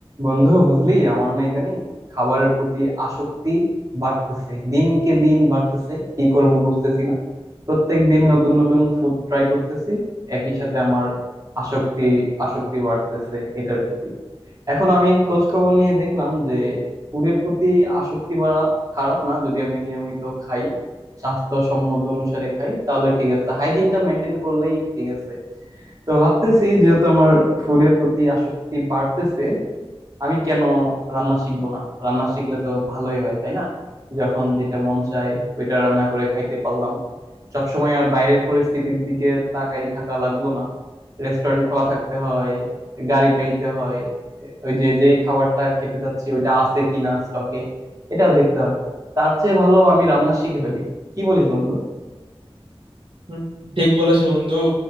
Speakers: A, on the right; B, on the right.
A: বন্ধু বুঝলি আমার না ইদানিং খাবারের প্রতি আসক্তি বাড়তেছে দিনকে দিন বাড়তেছে কি করব বুঝতেছি না প্রত্যেক দিন নতুন নতুন ফুড ট্রাই করতেছি একই সাথে আমার আসক্তি আসক্তি বাড়তেছে এটার প্রতি এখন আমি খোঁজ খবর নিয়ে দেখলাম যে ফুডের প্রতি আসক্তি বাড়া খারাপ না যদি আমি নিয়মিত খাই স্বাস্থ্যসম্মত অনুসারে খাই তাহলে ঠিক আছে হাইজিনটা মেনটেন করলেই ঠিক আছে তো ভাবতেছি যেহেতু আমার ফুডের প্রতি আসক্তি বাড়তেছে আমি কেন রান্না শিখবো না রান্না শিখলে তো ভালোই হয় তাই না যখন যেটা মন চায় ওইটা রান্না করে খাইতে পারলাম সবসময় আর বাইরের পরিস্থিতির দিকে তাকাই থাকা লাগলো না রেস্টুরেন্ট খোলা থাকতে হয় গাড়ি পাইতে হয় ওই যে যেই খাবারটা খেতে যাচ্ছি ওইটা আছে কিনা স্টকে এটাও দেখতে হয় তার চেয়ে ভালো আমি রান্না শিখে ফেলি কি বলিস বন্ধু
B: হুম, ঠিক বলেছো বন্ধু